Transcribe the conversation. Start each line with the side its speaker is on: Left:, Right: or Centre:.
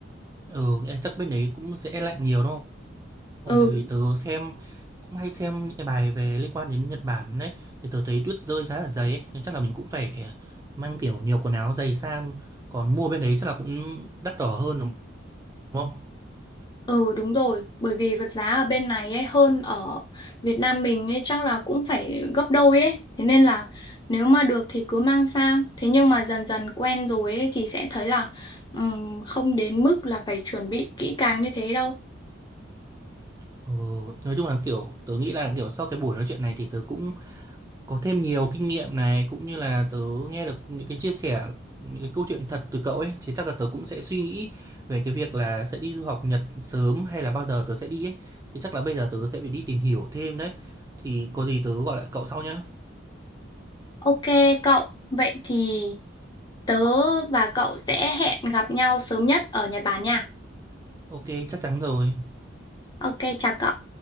Right: Ừ, nghĩa là chắc bên đấy cũng sẽ lạnh nhiều đúng
Left: Ừ,
Right: không? Tại vì tớ xem cũng hay xem những cái bài về liên quan đến Nhật Bản đấy thì tớ thấy tuyết rơi khá là dày ấy. Thì chắc là mình cũng phải à, mang kiểu nhiều quần áo dày sang còn mua bên đấy chắc là cũng đắt đỏ hơn đúng không
Left: ừ đúng rồi, bởi vì vật giá ở bên này ấy hơn ở Việt Nam mình ấy chắc là cũng phải gấp đôi ấy. Thế nên là nếu mà được thì cứ mang sang. Thế nhưng mà dần dần quen rồi ấy thì sẽ thấy là ừm, không đến mức là phải chuẩn bị kỹ càng như thế đâu.
Right: ờ, nói chung là kiểu tớ nghĩ là kiểu sau cái buổi nói chuyện này thì tớ cũng có thêm nhiều kinh nghiệm này cũng như là tớ nghe được những cái chia sẻ những cái câu chuyện thật từ cậu ấy thì chắc là tớ cũng sẽ suy nghĩ về cái việc là sẽ đi du học Nhật sớm hay là bao giờ tớ sẽ đi ấy thì chắc là bây giờ tớ sẽ phải đi tìm hiểu thêm đấy thì có gì tớ gọi lại cậu sau nhé
Left: Ok cậu, vậy thì tớ và cậu sẽ hẹn gặp nhau sớm nhất ở Nhật Bản nha.
Right: Ok, chắc chắn rồi.
Left: Ok, chào cậu.